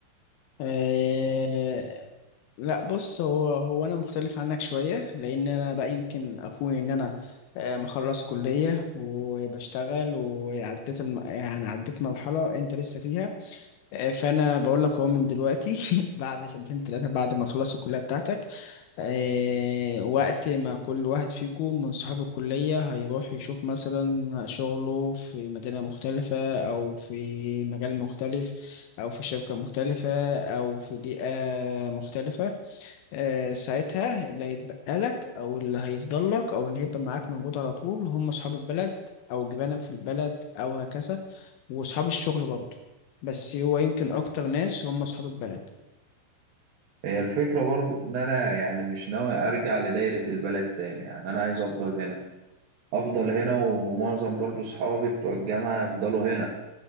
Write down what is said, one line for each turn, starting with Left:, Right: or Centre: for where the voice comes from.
Left: آه، لا بص هو هو انا مختلف عنك شويه لان انا بقى يمكن اكون ان انا آه، مخلص كليه وبشتغل وعديت الم... يعني عديت مرحله انت لسه فيها آه، فانا بقول لك اهو من دلوقتي <laughs> بعد سنتين ثلاثه بعد ما تخلص الكليه بتاعتك آه، وقت ما كل واحد فيكم من صحاب الكليه هيروح يشوف مثلا شغله في مدينه مختلفه او في مجال مختلف او في شركه مختلفه او في بيئه مختلفه آه، ساعتها اللي هيتبقى لك او اللي هيفضل لك او اللي هيبقى معاك موجود على طول هم اصحاب البلد او جيرانك في البلد او هكذا واصحاب الشغل برضه بس هو يمكن اكتر ناس هم اصحاب البلد
Right: هي الفكرة برضو ان انا يعني مش ناوي ارجع لدايرة البلد تاني يعني انا عايز افضل هنا افضل هنا ومعظم برضو صحابي بتوع الجامعة يفضلوا هنا